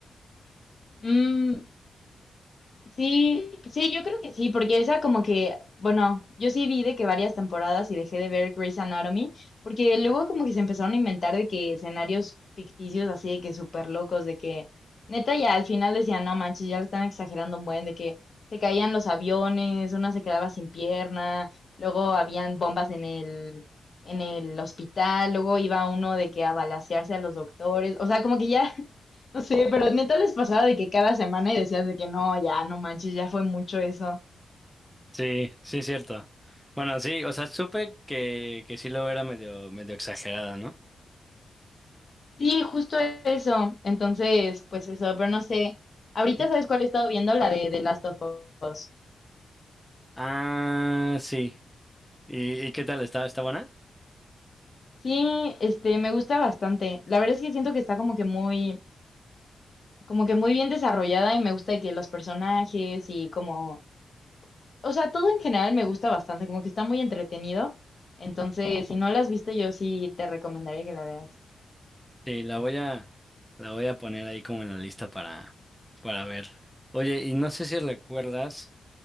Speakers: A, on the left (about 45°); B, in the centre.
A: Mm, Sí, sí, yo creo que sí, porque esa como que, bueno, yo sí vi de que varias temporadas y dejé de ver Grey's Anatomy, porque luego como que se empezaron a inventar de que escenarios ficticios así de que súper locos, de que neta ya al final decían, no manches, ya lo están exagerando un buen, de que se caían los aviones, una se quedaba sin pierna, luego habían bombas en el, en el hospital, luego iba uno de que a balacearse a los doctores, o sea, como que ya no sé pero neta les pasaba de que cada semana y decías de que no, ya no manches, ya fue mucho eso.
B: Sí, sí es cierto. Bueno, sí, o sea, supe que, que sí luego era medio, medio exagerada, ¿no?
A: Sí, justo eso. Entonces, pues eso, pero no sé. Ahorita
B: Y-
A: sabes cuál he estado viendo, la de The Last of Us.
B: Ah, sí. ¿Y, y qué tal? ¿Está, está buena?
A: Sí, este, me gusta bastante. La verdad es que siento que está como que muy, como que muy bien desarrollada y me gusta de que los personajes y como, o sea, todo en general me gusta bastante, como que está muy entretenido. Entonces, si no la has visto, yo sí te recomendaría que la veas.
B: Sí, la voy a, la voy a poner ahí como en la lista para, para ver. Oye, y no sé si recuerdas